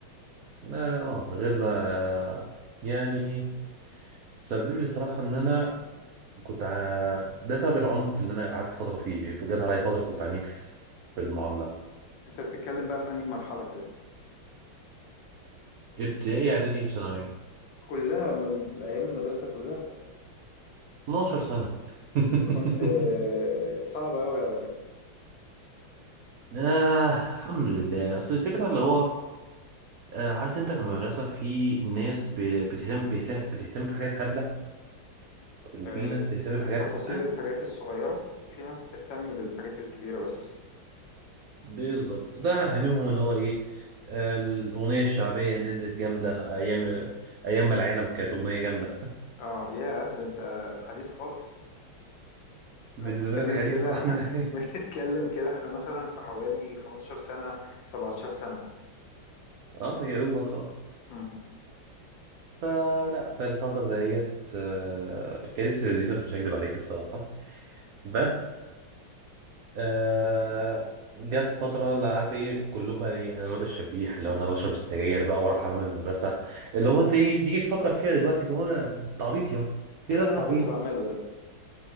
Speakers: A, on the right; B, on the left.
A: آه آه، غير بقى يعني سبب لي الصراحة إن أنا كنت ع- ده سبب العنف اللي أنا قعدت فترة فيه جت عليا فترة كنت عنيف في المعاملة
B: أنت بتتكلم بقى في أنهي مرحلة كده
A: ابتدائي إعدادي في ثانوي
B: كلها مد- أيام المدرسة كلها يعني
A: 12 سنة <laughs>
B: أنت كنت آه، صعب أوي على كده
A: آه الحمد لله أصل الفكرة اللي هو آه عارف أنت في المدرسة في ناس ب- بتهتم بتهتم بتهتم بحاجات هبلة وفي
B: آه، بت-
A: ناس بتهتم
B: بالتفاصيل
A: بحاجات اه
B: الحاجات الصغيرة وفي ناس بتهتم بالحاجات الكبيرة بس
A: بالظبط ده هاممهم ان هو ايه آه، الاغنيه الشعبيه نزلت جامده ايام ايام ما العنب كانت اغنيه جامده
B: اه ياه ده انت حديث خالص
A: بالنسبه
B: احنا بنتكلم
A: لك حديثه
B: كده <laughs>
A: <laughs> انا
B: بنتكلم كده احنا مثلا في حوالي 15 سنة 17 سنة
A: اه يا دوبك اه
B: مم.
A: فلا فالفتره ديت آه، كانتش لذيذه مش هكدب عليك الصراحه بس آه جت فترة لا عارف ايه كلهم بقى ايه انا الواد الشبيح اللي هو انا بشرب السجاير بقى ورا حمام المدرسة اللي هو انت تيجي تيجي تفكر فيها دلوقتي اللي هو التعبيط يا ايه
B: ايه اللي
A: ده التعبيط
B: انا كنت بعمله ده